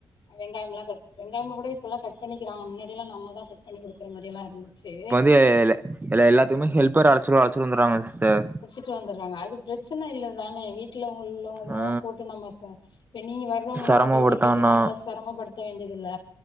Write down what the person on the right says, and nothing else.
ல்ல <unintelligible> எல்லாத்துக்குமே ஹெல்பர் அழச்சி அழச்சினு வந்துராங்க சிஸ்டர்
ஆ
செரமப்படுத்தான்னா